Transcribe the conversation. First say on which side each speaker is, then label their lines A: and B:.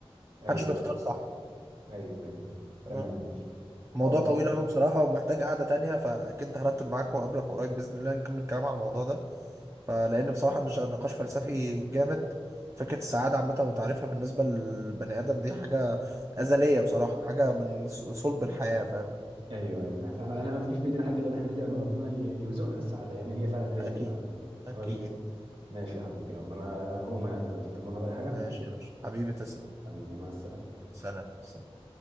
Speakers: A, on the right; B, on the right.
A: ايوه
B: محدش بيختار صح.
A: ايوه ايوه تمام
B: آه. موضوع
A: خلاص
B: طويل قوي بصراحة ومحتاج قعدة تانية فأكيد هرتب معاك وأقابلك قريب بإذن الله نكمل كلام على الموضوع ده فلأن بصراحة نش- نقاش فلسفي جامد فكرة السعادة عامة وتعريفها بالنسبة للبني آدم دي حاجة أزلية بصراحة حاجة من ص- صلب الحياة فاهم؟
A: ايوه ايوه احنا احنا ما
B: يعني
A: فيش بايدينا حاجه غير ان احنا ندعي ان ربنا ي- يرزقنا بالسعاده لان هي فعلا رزق
B: أكيد
A: فعلا
B: أكيد
A: هو بي- ماشي يا حبيبي يلا انا هقوم انا دلوقتي تؤمرنا بأي حاجه
B: ماشي يا باشا حبيبي تسلم
A: حبيبي مع السلامه
B: سلام سلام.